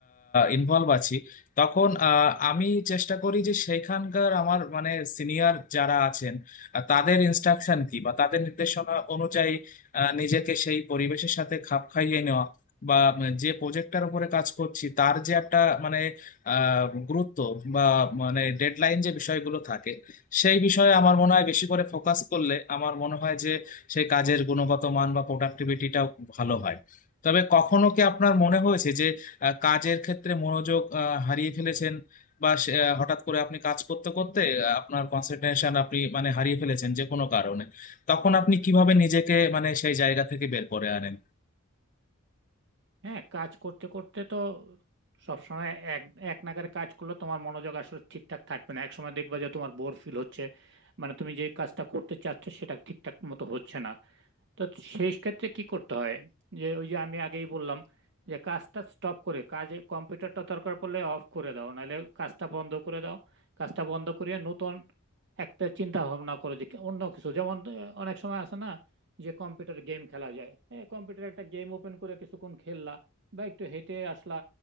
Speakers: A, on the left; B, on the right.
A: ইনভলভ আছি তখন আহ, আমি চেষ্টা করি যে সেইখানকার আমার মানে সিনিয়র যারা আছেন আহ, তাদের ইনস্ট্রাকশন কি বা তাদের নির্দেশনা অনুযায়ী আহ, নিজেকে সেই পরিবেশের সাথে খাপ খাইয়ে নেওয়া বা উম, যে প্রজেক্টটার উপরে কাজ করছি তার যে একটা মানে আহ, গুরুত্ব বা মানে ডেডলাইন যে বিষয়গুলো থাকে সেই বিষয়ে আমার মনে হয় বেশি করে ফোকাস করলে আমার মনে হয় যে সেই কাজের গুণগত মান বা প্রোডাক্টিভিটিটাও ভালো হয় তবে কখনো কি আপনার মনে হয়েছে যে আহ, কাজের ক্ষেত্রে মনোযোগ আহ, হারিয়ে ফেলেছেন বা সে- আহ, হঠাৎ করে আপনি কাজ করতে করতে আহ, আপনার কনসেন্ট্রেশন আপনি মানে হারিয়ে ফেলেছেন যে কোনো কারণে তখন আপনি কিভাবে নিজেকে মানে সেই জায়গা থেকে বের করে আনেন
B: হ্যাঁ কাজ করতে করতে তো সবসময় এক এক নাগাড়ে কাজ করলে তোমার মনোযোগ আসলে ঠিকঠাক থাকবে না এক সময় দেখবা যে তোমার বোর ফিল হচ্ছে মানে তুমি যে কাজটা করতে চাচ্ছ সেটা ঠিকঠাক মতো হচ্ছে না তো সেই ক্ষেত্রে কি করতে হয় যে ওই যে আমি আগেই বললাম যে কাজটা স্টপ করে কাজে কম্পিউটারটা দরকার পড়লে অফ করে দাও নাহলে কাজটা বন্ধ করে দাও কাজটা বন্ধ করে নতুন একটা চিন্তা ভাবনা করো যে অন্য কিছু যেমন আহ, অনেক সময় আছে না যে কম্পিউটার গেম খেলা যায় কম্পিউটার একটা গেম ওপেন করে কিছুক্ষণ খেললা বা একটু হেঁটে আসলা